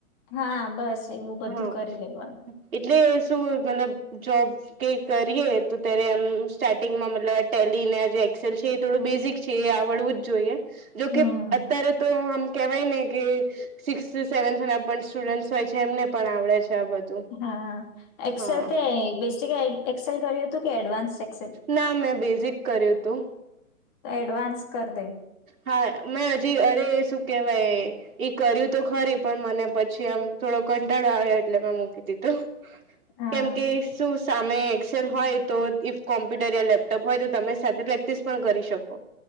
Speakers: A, on the left (about 30°); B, on the right (about 70°).
A: હા, બસ એવું બધું
B: હા
A: કરી લેવાનું.
B: એટલે શું મતલબ જોબ કે કરીએ તો ત્યારે એમ સ્ટાર્ટિંગમાં મતલબ ટેલી ને આ જે એક્સેલ છે એ થોડું બેઝિક છે એ આવડવું જ જોઈએ. જોકે
A: હમ
B: અત્યારે તો આમ કેવાય ને કે સિકસ સેવન્થના પણ સ્ટુડન્ટસ્ ટ હોય છે, એમને પણ આવડે છે આ બધું.
A: હા એક્સેલ
B: હા
A: તે બેસિક એડ એક્સેલ કર્યુંતું કે એડવાન્સ એક
B: ના મેં બેઝિક કર્યુંતું.
A: તો એડવાન્સ કર દે.
B: હા, મેં હજી અરે શું કેહેવાય. ઈ કર્યું તો ખરી પણ મને પછી આમ થોડો કંટાળો આવ્યો એટલે મેં મૂકી દીધું.
A: હા
B: કેમ કે શું સામે એક્સેન હોય તો ઇફ કોમ્પ્યુટર યા લેપ હોય તો તમે સાથે પ્રેક્ટિસ પણ કરી શકો.